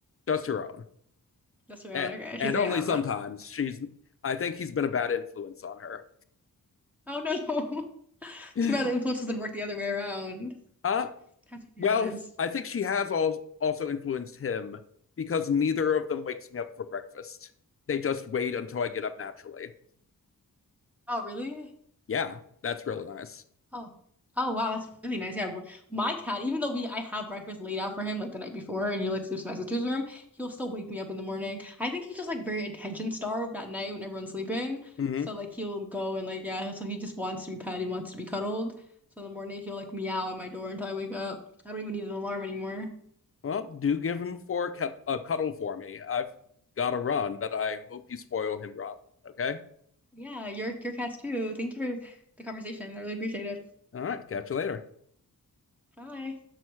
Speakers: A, on the left (about 40°); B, in the centre.
A: just her own,
B: Just her
A: and,
B: own. Okay,
A: and
B: she's like,
A: only
B: ah,
A: sometimes.
B: but
A: She's I think he's been a bad influence on her.
B: oh no, <laughs>
A: <laughs>
B: too bad the influence doesn't work the other way around.
A: Uh,
B: How did you
A: Well,
B: notice?
A: I think she has al- also influenced him because neither of them wakes me up for breakfast. They just wait until I get up naturally.
B: Oh, really?
A: Yeah, that's really nice.
B: Oh, oh wow, that's really nice. Yeah, bro- my cat, even though we I have breakfast laid out for him like the night before, and he like sleeps in my sister's room, he'll still wake me up in the morning. I think he's just like very attention starved at night when everyone's sleeping.
A: hmm
B: So like he'll go and like yeah, so he just wants to be pet, he wants to be cuddled. So in the morning he'll like meow at my door until I wake up. I don't even need an alarm anymore.
A: Well, do give him for a, cu- a cuddle for me. I've got to run, but I hope you spoil him rotten. Okay.
B: Yeah, your your cats too. Thank you for the conversation. I really appreciate it.
A: All right. Catch you later.
B: Bye.